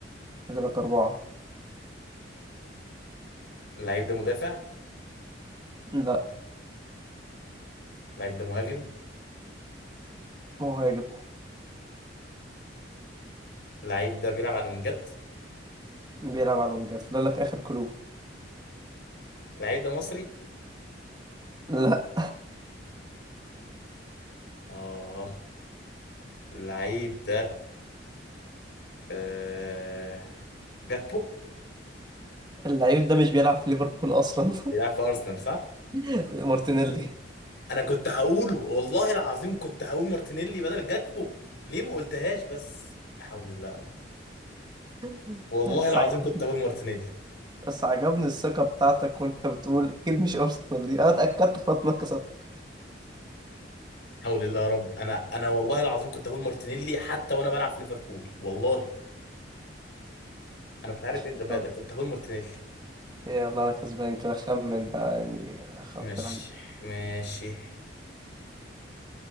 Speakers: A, on the right (about 25°); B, on the left (about 70°).
A: فاضل لك اربعة
B: اللعيب ده مدافع
A: لا
B: اللعيب ده مهاجم
A: مهاجم
B: اللعيب ده بيلعب على الوينجات
A: بيلعب على الونجات فاضل لك اخر كلو
B: اللعيب ده مصري
A: لا
B: اه اللعيب ده آه... جاكبو
A: اللعيب ده مش بيلعب في ليفربول اصلا
B: بيلعب في ارسنال صح
A: <laughs> مارتينيلي
B: انا كنت هقوله والله العظيم كنت هقول مارتينيلي بدل جاكبو ليه ما قلتهاش بس لا حول الله يا رب
A: <laughs>
B: والله
A: بس
B: العظيم
A: عجب-
B: كنت هقول مارتينيلي
A: بس عجبني الثقة بتاعتك وانت بتقول اكيد مش ارسنال دي انا اتأكدت فانا كسبت
B: حول الله يا رب انا انا والله العظيم كنت هقول مارتينيلي حتى وانا بلعب في ليفربول والله انا مش عارف ايه الغباء
A: يلا
B: ده كنت هقول مارتينيلي
A: يلا انا كسبان كده خمن بقى يعني اخاف
B: ماشي
A: لعيب
B: ماشي